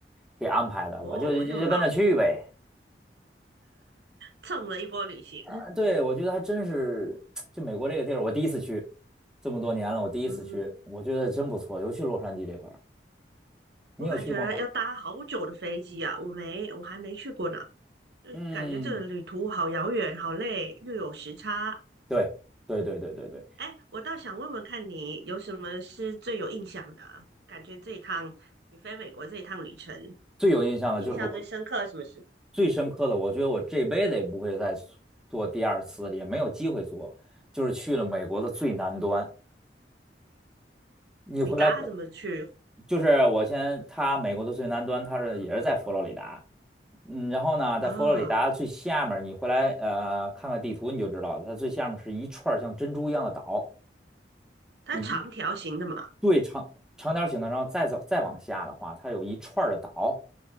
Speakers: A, in the centre; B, on the right.
A: 给安排的，
B: 哦，
A: 我就就就跟着去呗。
B: 那么好，蹭了一波旅行。
A: 啊，对，我觉得还真是，<tsk> 就美国这个地儿，我第一次去，这么多年了，我第一次去，
B: 嗯，
A: 我觉得真不错，尤其洛杉矶这块儿，你有去过吗？
B: 我感觉要搭好久的飞机啊，我没，我还没去过呢，就感觉这个旅途好遥远，
A: 嗯，
B: 好累，又有时差，
A: 对，对对对对对，
B: 哎，我倒想问问看你有什么是最有印象的啊感觉这一趟你飞美国这一趟旅程，
A: 最有印象的就是我。
B: 印象最深刻的什么是？
A: 最深刻的，我觉得我这辈子也不会再做第二次了，也没有机会做。就是去了美国的最南端，你回来可
B: 你搭怎么去？
A: 就是我先，它美国的最南端，它是也是在佛罗里达，嗯，然后呢，在佛罗里达最下面儿你回来呃看看地图你就知道了，
B: 哦，
A: 它最下面是一串儿像珍珠一样的岛，
B: 它长条形的嘛。
A: 就一。对，长长条形的，然后再走再往下的话，它有一串儿的岛，